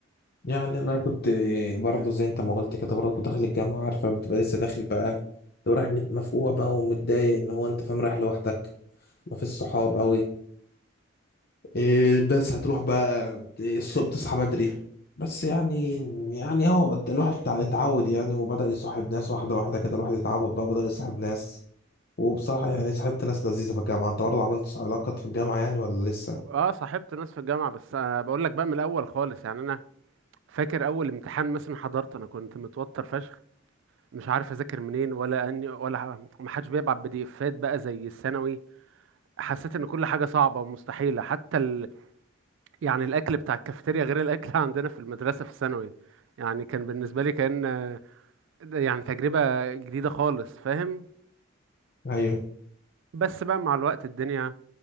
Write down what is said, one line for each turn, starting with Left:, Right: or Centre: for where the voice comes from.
Left: يعني انا كنت برضو زي انت ما قلت كده برضو كنت داخل الجامعه عارف لما بتبقى لسه داخل بقى تبقى رايح مت- مفقوع بقى ومتضايق ان هو انت فاهم رايح لوحدك ما فيش صحاب قوي إيه بس هتروح بقى ت- الصبح تصحى بدري بس يعني يعني هو الواحد اتع- اتعود يعني وبدأ يصاحب ناس واحدة واحدة كده الواحد اتعود بقى بدأ يصاحب ناس وبصراحة يعني صاحبت ناس لذيذة في الجامعة انت برضه عملت علاقات في الجامعة يعني ولا لسه
Right: اه صاحبت ناس في الجامعة بس انا بقول لك بقى من الاول خالص يعني انا فاكر اول امتحان مثلا حضرت انا كنت متوتر فشخ مش عارف اذاكر منين ولا اني ولا ح- ما حدش بيبعت بي دي افات بقى زي الثانوي حسيت ان كل حاجة صعبة ومستحيلة حتى ال... يعني الاكل بتاع الكافيتيريا غير الاكل <laughs> عندنا في المدرسة في الثانوي يعني كان بالنسبة لي كأن ده يعني تجربة جديدة خالص فاهم
Left: ايوه
Right: بس بقى مع الوقت الدنيا